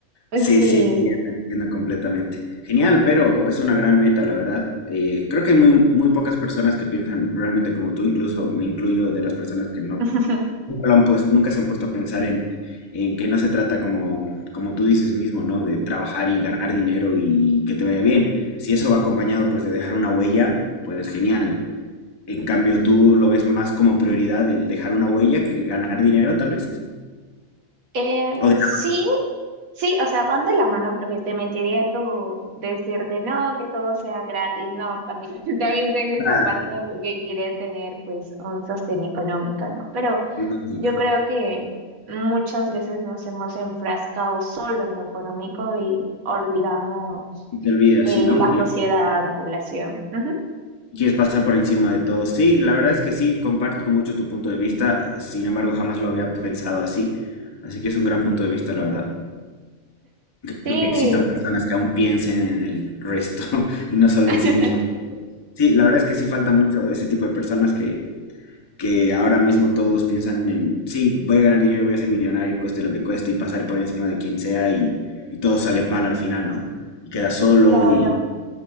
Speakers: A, on the right; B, on the left.
A: Pues
B: Sí,
A: sí.
B: sí, entiendo, entiendo completamente. Genial, pero es una gran meta, la verdad. Eh, creo que hay muy, muy pocas personas que piensan realmente como tú, incluso me incluyo de las personas que no
A: <laughs>
B: lo han pues, nunca se han puesto a pensar en, en que no se trata como, como tú dices mismo, ¿no? De trabajar y ganar dinero y que te vaya bien. Si eso va acompañado pues de dejar una huella, pues genial. En cambio, tú lo ves más como prioridad el dejar una huella que ganar dinero, tal vez.
A: Eh,
B: O de
A: sí, Sí, o sea, van de la mano porque te mentiría como decirte no, que todo sea gratis, no, también, <laughs> también tengo esa
B: hablar,
A: parte de que quiere tener pues un sostén económico, ¿no? Pero
B: lógico,
A: yo creo que muchas veces nos hemos enfrascado solo en lo económico y olvidamos
B: y te olvidas,
A: eh,
B: ¿sí, no?
A: la
B: Y
A: sociedad, la población. Ujú.
B: Quieres pasar por encima de todo. Sí, la verdad es que sí, comparto mucho tu punto de vista. Sin embargo, jamás lo había pensado así. Así que es un gran punto de vista, la verdad.
A: Sí,
B: Creo que existan personas que aún piensen en el resto <laughs> y no solo
A: <laughs>
B: en sí mismos. Sí, la verdad es que sí falta mucho de ese tipo de personas que, que ahora mismo todos piensan en, sí, voy a ganar dinero, voy a ser millonario, cueste lo que cueste y pasar por encima de quien sea y, y todo sale mal al final, ¿no? Y quedas solo
A: claro.